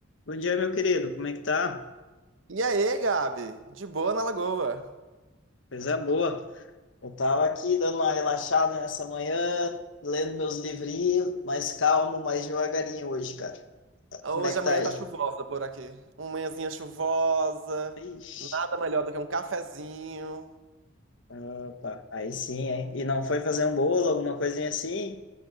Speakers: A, on the left; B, on the right.
A: Bom dia, meu querido. Como é que tá?
B: E aí, Gabi? De boa na Lagoa.
A: Coisa boa. Eu tava aqui dando uma relaxada nessa manhã, lendo meus livrinhos, mais calmo, mais devagarinho hoje, cara.
B: Hoje
A: Como é que
B: amanhã
A: tá aí?
B: tá chuvosa por aqui. Uma manhãzinha chuvosa,
A: Ixi.
B: nada melhor do que um cafezinho.
A: Opa, aí sim, hein? E não foi fazer um bolo, alguma coisinha assim?